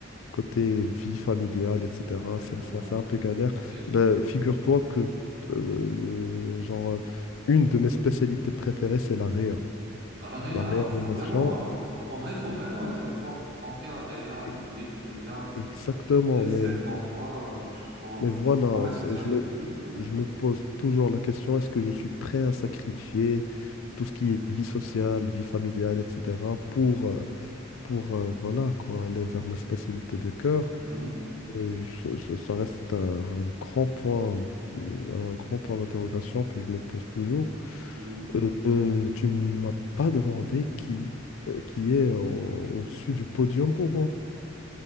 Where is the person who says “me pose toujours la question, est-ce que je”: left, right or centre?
Left